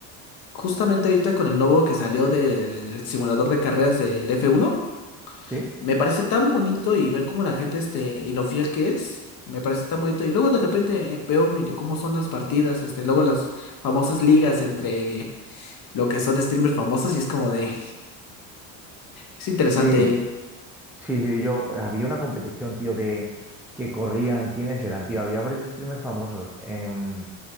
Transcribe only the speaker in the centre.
¿Sí?
Sí, sí, sí, yo había una competición, tío, que, que corrían, ¿quiénes eran, tío? Había varios streamers famosos. em,